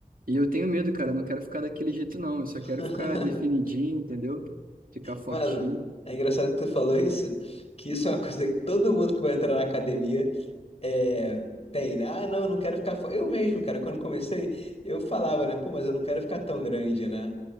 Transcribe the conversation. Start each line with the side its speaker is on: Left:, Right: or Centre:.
Right: E eu tenho medo, cara. Eu não quero ficar daquele jeito, não. Eu só
Left: <laughs>
Right: quero ficar definidinho, entendeu? Ficar fortinho.
Left: Mano, é engraçado que tu falou isso, que isso é uma coisa que todo mundo que vai entrar na academia é, tem, né? Ah, não, eu não quero ficar. fo- Eu mesmo, cara, quando comecei, eu falava, né? Pô, mas eu não quero ficar tão grande, né?